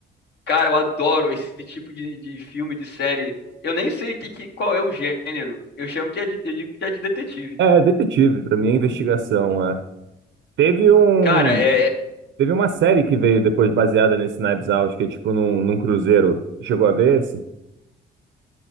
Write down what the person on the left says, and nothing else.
Cara, eu adoro esse tipo de, de filme, de série. Eu nem sei que, que- qual é o gênero. Eu chamo que é de, eu digo que é de detetive.
Cara, é, é-